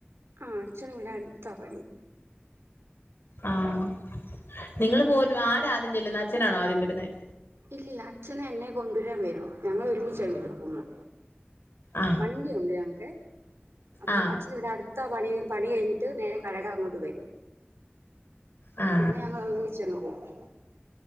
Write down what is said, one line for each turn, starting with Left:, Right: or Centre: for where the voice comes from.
Right: ആ അച്ഛനു ഇവിടെ അടുത്താ പണി
Left: ആഹ നിങ്ങള് പോ ആരാ ആദ്യം ചെല്ലുന്ന അച്ഛനാണോ ആദ്യം വരുന്നത്
Right: ഇല്ല അച്ഛനെന്നെ കൊണ്ടുവരാൻ വരും ഞങ്ങൾ ഒരുമിച്ച വീട്ടി പോവുന്നേ
Left: ആ
Right: വണ്ടിയുണ്ട് ഞങ്ങക്കേ അപ്പം
Left: ആ
Right: അച്ഛന ഇവിടെ അടു ടുത്ത പണി പണി കഴിഞ്ഞിട്ട് നേരെ കടേടെ അങ്ങോട്ട് വരും
Left: ആ
Right: പിന്നെ ഞങ്ങൾ ഒരുമിച്ചങ്ങ് പോവും